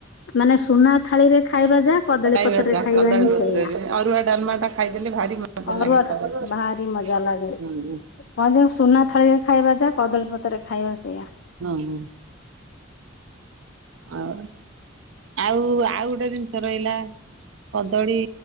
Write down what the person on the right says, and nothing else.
ଖାଇବା
ଯା
କଦଳୀ
ପତ୍ରରେ
ଅରୁଆ ଡାଲ୍ମା ଟା ଖାଇଦଲେ ଭାରି ମଜା
ଲାଗେ କଦଳୀ
ପତ୍ର
ହୁଁ
ହୁଁ ଆଉ ଆଉ ଆଉ ସେ ଜିନିଷ ରହିଲା, କଦଳୀ